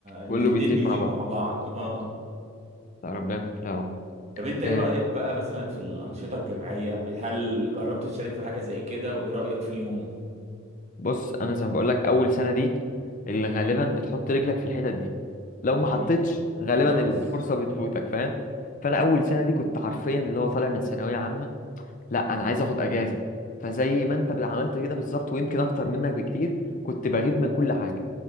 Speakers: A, on the right (about 30°); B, on the left (about 35°).
A: الاتنين
B: كله بيزيد
A: بيزيدوا
B: مع بعض
A: مع بعض اه
B: لا ربنا يكون في العون
A: طب انت ايه
B: آه،
A: رأيك بقى مثلا في الأنشطة الجامعية هل جربت تشارك في حاجة زي كده وايه رأيك فيهم
B: بص انا زي ما بقول لك اول سنه دي اللي غالبا بتحط رجلك في الحتت دي لو ما حطيتش
A: مم.
B: غالبا
A: خلاص
B: الفرصه بتفوتك فاهم فانا اول سنه دي كنت حرفيا اللي هو طالع من ثانويه عامه لا انا عايز اخد اجازه فزي ما انت عملت كده بالظبط ويمكن اكتر منك بكتير كنت بغيب من كل حاجه